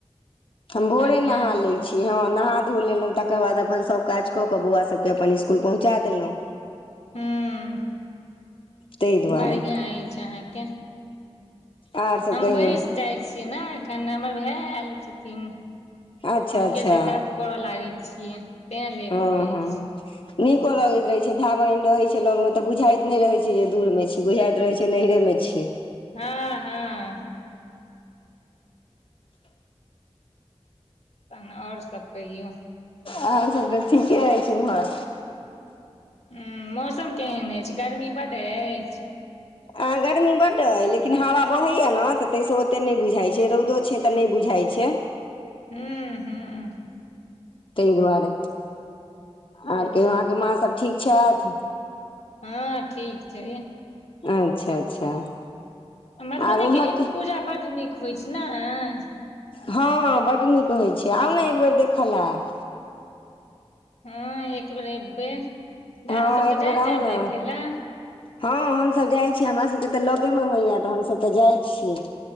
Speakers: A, on the left (about 55°); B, on the left (about 80°).
A: हम भोरे
B: बढ़िआँ
A: नहा
B: अइ।
A: लै छी हँ नहा धो लेलहुँ तकर बाद अपन सभ काज कऽ कऽ बौआ सभके अपन इसकुल पहुँचा देलहुँ।
B: हुँ
A: ताहि दुआरे
B: बढ़िया अछि अहाँकेँ।
A: आर सभ
B: हम
A: कहियौ
B: बैस जाइ छियै नऽ एखन हमर भाय आयल छथिन। तऽ
A: अच्छा
B: हुनके
A: अच्छा
B: सँ गप करऽ लागै छियै। तें लेट
A: हँ
B: भऽ जाइ
A: हँ
B: छै
A: नीको लगैत रहे छै भाय बहिन रहे छै लग मे तऽ बुझाइत नय रहे छै जे दूर मे छी बुझाइत रहै छै नहिरे मे छी
B: हँ हँ तहन आओर सभ कहियौ
A: अहाँ सभ तऽ ठीके अछि इम्हर
B: हुँ मौसम केहन अछि गर्मी बड्ड अछि
A: आँ गर्मी बड्ड अय लेकिन हवा बहै यऽ नऽ तऽ ताहिसँ ओतेक नय बुझाइत छै रउदो छै तऽ नय बुझाइत छै
B: हुँ हुँ
A: ताहि दुआरे
B: हूँ
A: आओर कहियो अहाँकेँ माँ सभ ठीक छैथ
B: हँ ठीक छै
A: अच्छा अच्छा
B: मधुबनी
A: आर उम्हर
B: केँ इन्द्र
A: के
B: पूजा बड्ड नीक होइछ नैय
A: हँ बड्ड नीक होइ छै आउ नऽ एकबर देखऽ लऽ
B: हँ एक बेेर एब्बे अहाँ
A: हँ
B: सब तऽ
A: एक बेर
B: जायत
A: आउ
B: हैब देखे
A: ने
B: लऽ
A: हँ हमसभ जाइ छी हमरा सबके तऽ लगे मे होइया तऽ हमसभ तऽ जाइ छियै